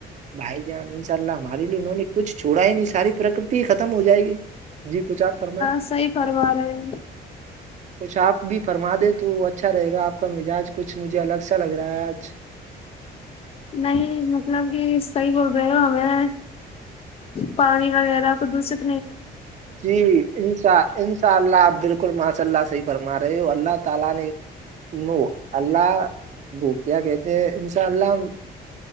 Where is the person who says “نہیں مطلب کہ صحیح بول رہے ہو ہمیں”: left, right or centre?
Left